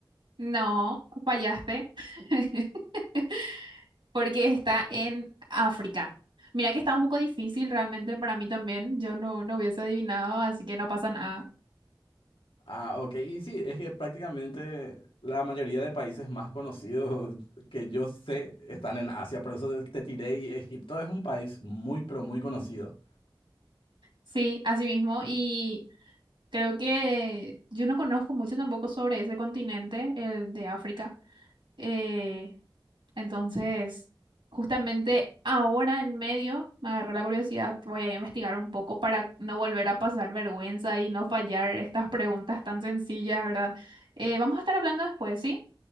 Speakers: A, on the right; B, on the left.
A: No, fallaste. <laughs> porque está en África. Mira que está un poco difícil realmente para mí también. Yo no, no hubiese adivinado, así que no pasa nada.
B: Ah, ok. Y sí, es que prácticamente la mayoría de países más conocidos <laughs> que yo sé están en Asia. Por eso te tiré y Egipto es un país muy, pero muy conocido.
A: Sí, así mismo. Y creo que yo no conozco mucho tampoco sobre ese continente, el de África. Eh, entonces, justamente ahora en medio me agarró la curiosidad. Voy a investigar un poco para no volver a pasar vergüenza y no fallar estas preguntas tan sencillas, ¿verdad? Eh, vamos a estar hablando después, ¿sí?